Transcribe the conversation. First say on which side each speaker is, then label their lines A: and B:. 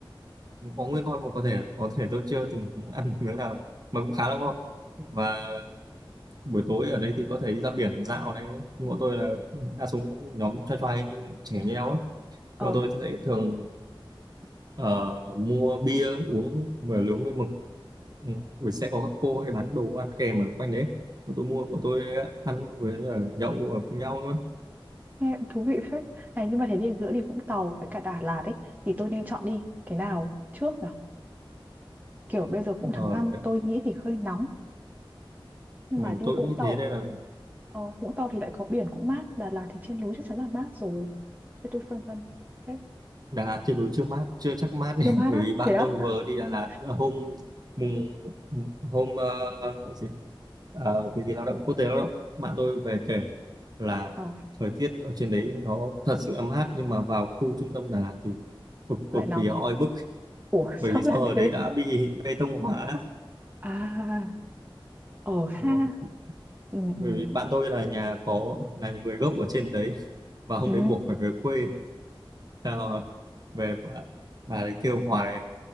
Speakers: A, on the right; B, on the right.
A: có nguyên con mà có thể có thể tôi chưa từng ăn <laughs> miếng nào mà cũng khá là ngon
B: ừ.
A: và buổi tối ở đây thì có thể đi ra biển dạo này nhưng bọn tôi là đa số nhóm trai trai như trẻ như nhau á
B: Ờ,
A: bọn tôi sẽ thường ờ, mua bia uống vừa nướng với mực Ừ. Buổi sẽ có các cô hay bán đồ ăn kèm ở quanh đấy bọn tôi mua bọn tôi ăn với là nhậu ở cùng nhau luôn
B: nghe cũng thú vị phết. Này nhưng mà thế thì giữa đi Vũng Tàu với cả Đà Lạt ấy thì tôi nên chọn đi cái nào trước nhở? Kiểu bây giờ cũng
A: ờ
B: tháng 5
A: đấy.
B: tôi nghĩ thì hơi nóng. Nhưng
A: Ừ,
B: mà đi
A: tôi
B: Vũng
A: cũng nghĩ
B: Tàu,
A: thế nên là
B: ờ, Vũng Tàu thì lại có biển cũng mát. Đà Lạt thì trên núi chắc chắn là mát rồi. Thế tôi phân vân. Thế,
A: Đà Lạt trên núi chưa mát chưa chắc mát nhỉ.
B: chưa
A: <laughs>
B: mát
A: bởi
B: á?
A: vì bạn
B: Thế á?
A: tôi vừa đi Đà
B: Ừ.
A: Lạt là hôm mùng hôm ờ, cái gì Ờ, cái gì lao động quốc tế lao động bạn tôi về kể là
B: Ờ,
A: thời tiết ở trên đấy nó thật sự là mát nhưng mà vào khu trung tâm Đà Lạt thì cực
B: lại
A: cực
B: nóng.
A: kỳ oi bức
B: Ủa
A: <laughs>
B: <laughs> sao
A: bởi vì do
B: lại
A: ở
B: thế?
A: đấy đã bị bê tông hóa
B: À, ở ha.
A: Đúng rồi.
B: Ừ,
A: bởi
B: ừ,
A: vì bạn tôi là nhà có là người gốc ở trên đấy và hôm
B: ừ.
A: đấy buộc phải về quê Sao về bà, bà ấy kêu hoài